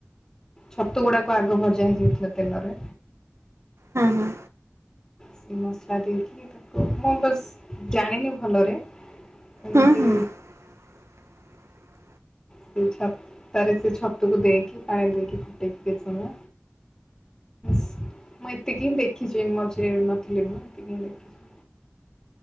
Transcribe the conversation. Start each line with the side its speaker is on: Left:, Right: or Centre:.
Left: ଛତୁ ଗୁଡାକୁ ଆଗ ଭଜା ହେଇଯାଉଥିଲା ତେଲରେ
Right: ହଁ ହଁ
Left: ସେ ମସଲା ଦେଇକି ତାକୁ ମୁଁ ବସ୍ ଜାଣିନି ଭଲରେ ଏମିତି
Right: ହୁଁ ହୁଁ <unintelligible>
Left: ସେ ଛାରେ ସେ ଛତକୁ ଦେଇକି ପାଣି ଦେଇକି ଫୁଟେଇକି ସମ ସ୍ ମୁଁ ଏତିକି ହିଁ ଦେଖିଛି ମଝିରେ ନଥିଲି ମୁଁ ଏତିକି ହିଁ ଦେଖିଛି ।